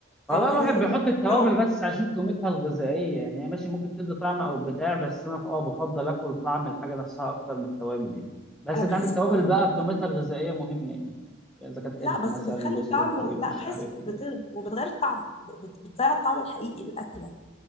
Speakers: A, in the centre; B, on the left.
A: والله
B: يعني
A: الواحد
B: عايزه اقول
A: بيحط التوابل
B: برام
A: بس عشان قيمتها الغذائيه يعني هي ماشي ممكن تدي طعم او بتاع بس انا ف- اه بفضل اكل طعم الحاجه نفسها اكتر من التوابل يعني بس
B: انا
A: انت
B: بحس
A: عندك التوابل
B: التوابل
A: بقى قيمتها الغذائيه مهمه يعني اذا كانت قرفه
B: لا بس
A: مثلا
B: بتخلي
A: جوزة
B: الطعم
A: الطيب
B: لا
A: مش
B: بحس
A: عارف
B: بت...
A: ايه
B: وبتغير الطعم بت... بتضيع الطعم الحقيقي للاكله